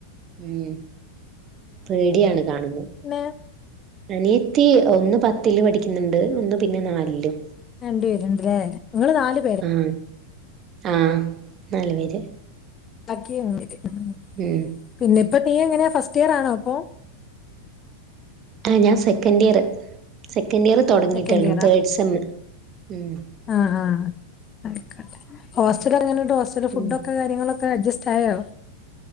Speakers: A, on the right; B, on the left.
A: ഉം പേടിയാണ് കാണുന്നത്
B: മം
A: അനിയത്തി ഒന്ന് പത്തിൽ പഠിക്കുന്നുണ്ട് ഒന്ന് പിന്നെ നാലില്
B: രണ്ടു പേരുണ്ടില്ലേ നിങ്ങള് നാല്
A: ആഹ് ആഹ് നാല് പേര്
B: ബാക്കി <unintelligible> ഉ
A: ഉം
B: പിന്നെ ഇപ്പം നീ എങ്ങനെയാ ഫസ്റ്റ് ഇയർ ആണോ ഇപ്പോ?
A: ആ ഞാൻ second year second year തുടങ്ങിയിട്ടുള്ളു
B: second
A: തേർഡ് സെമ്മ് ഉം
B: ആ ആ ആയിക്കോട്ടെ ഹോസ്റ്റൽ എങ്ങണ്ട് ഹോസ്റ്റൽ ഫുഡൊക്കെ
A: ഉം
B: കാര്യങ്ങള് ഒക്കെ അഡ്ജസ്റ്റ് ആയോ?